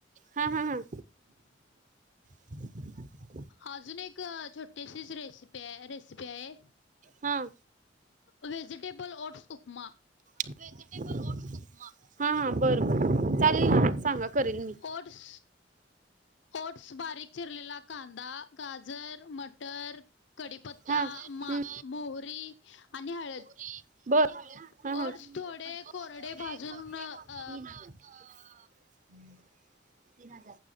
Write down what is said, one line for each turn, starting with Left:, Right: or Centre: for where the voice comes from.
Right: हा हा हा <inaudible>
Left: अजून एक छोटीशीच रेसिपी आहे, रेसिपी आहे.
Right: हा
Left: vegetable oats upma.
Right: Vegetable oats upma. हा हा बर बर चालेल ना, सांगा. करेल मी
Left: ओट्स ओट्स, बारीक चिरलेला कांदा, गाजर, मटर कडीपत्ता
Right: हा
Left: मा
Right: हम्म
Left: मोहरी आणि हळद.
Right: बरं
Left: ओट्स
Right: ह
Left: थोडे कोरडे
Right: ह
Left: भाजून अ
Right: <unintelligible> <unintelligible>